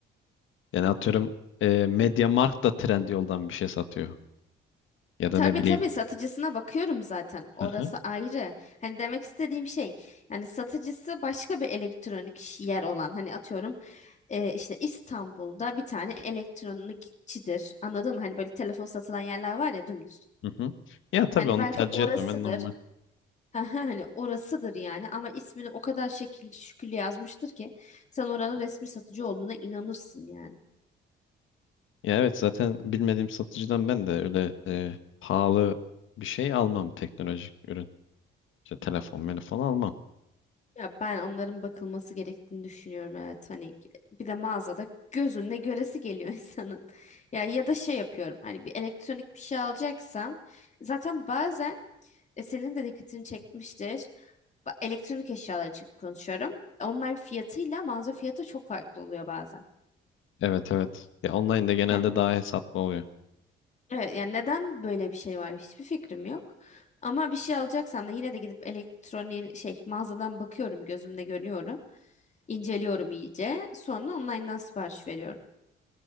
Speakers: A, on the left; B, on the left.
A: Yani atıyorum e, MediaMarkt da Trendyol'dan bir şey satıyor. Ya da
B: Tabii
A: ne bileyim.
B: tabii satıcısına bakıyorum zaten. Orası
A: Aha.
B: ayrı. Hani demek istediğim şey yani satıcısı başka bir elektronik yer olan hani atıyorum e, işte İstanbul'da bir tane elektronikçidir. Anladın mı? Hani böyle telefon satılan yerler var ya dümdüz.
A: Hı hı. Ya tabii
B: Hani
A: onu
B: belki
A: tercih
B: orasıdır.
A: etmemen normal.
B: Ha ha, hani orasıdır yani ama ismini o kadar şekilli şükür yazmıştır ki sen oranın resmi satıcı olduğuna inanırsın yani.
A: Ya evet zaten bilmediğim satıcıdan ben de öyle e, pahalı bir şey almam teknolojik ürün. İşte telefon, telefon almam.
B: Ya ben onların bakılması gerektiğini düşünüyorum evet hani bir de mağazada gözünle göresi geliyor <laughs> insanın. Ya ya da şey yapıyorum hani bir elektronik bir şey alacaksam zaten bazen e, senin de dikkatini çekmiştir. Ba- Elektronik eşyalar için konuşuyorum. Online fiyatıyla mağaza fiyatı çok farklı oluyor bazen.
A: Evet evet. Ya online'da genelde
B: Hani
A: daha hesaplı oluyor.
B: Evet, yani neden böyle bir şey var hiçbir fikrim yok. Ama bir şey alacaksam da yine de gidip elektronik şey mağazadan bakıyorum gözümle görüyorum. İnceliyorum iyice. Sonra online'dan sipariş veriyorum.